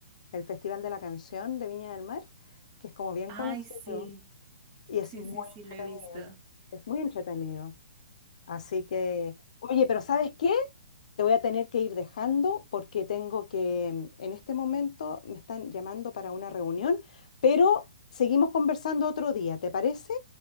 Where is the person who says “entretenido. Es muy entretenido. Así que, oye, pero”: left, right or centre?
Left